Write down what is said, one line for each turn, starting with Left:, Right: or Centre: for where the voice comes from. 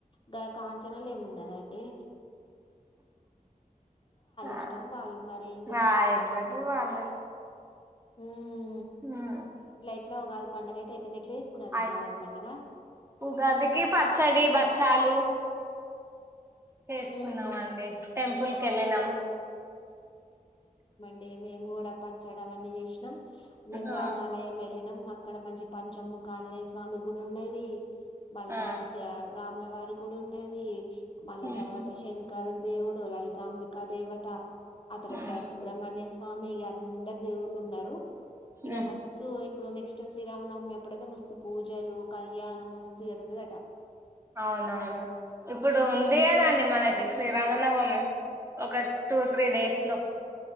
Left: గా కాంచనాల ఏమున్నాదండి
Right: ఆ
Left: ఇష్టం వాళ్ళు మరి ఏం
Right: రయవ్వరిది వాళ్ళద్
Left: ఉం
Right: హ
Left: ఇట్లా ఉగాది పండగ అయితే అయిపోయింది ఎట్లా చేసుకున్నారండి
Right: ఆయి
Left: ఉగాది పండగ
Right: ఉగాది కి పచ్చడి బ చాలు చేసుకున్నామ
Left: ఊహూ
Right: అండి టెంపుల్కి వెళ్ళినం
Left: అదే మేము కూడా పచ్చడి అవన్నీ చేసినాం మేం
Right: ఆ
Left: రామాలయం వెళ్ళినాం అక్కడ మంచి పంచము కాంజనేయ స్వామి గుడి ఉన్నది మళ్ళ
Right: ఆ
Left: తయారు రాముల వారి గుడి ఉన్నది మళ్ళా
Right: ఉమ్,
Left: తర్వాత శంకరు దేవుడు లలితాంబిక దేవత ఆ తర్త
Right: ఉమ్,
Left: సుబ్రహమణ్యస్ స్వామి అందరు దేవుళ్ళు ఉన్నారు ఇక
Right: ఉమ్.
Left: మస్తు ఇప్పుడు నెక్స్ట్ శ్రీరామ నవమి మ ఎప్పుడైతే మస్తు పూజలు కళ్యాణం మస్తు జరుగుతుందట
Right: అవునవును ఇప్పుడు ఉంది కదండి మనకి శ్రీరామనవమి ఒక టూ త్రీ డేస్ లో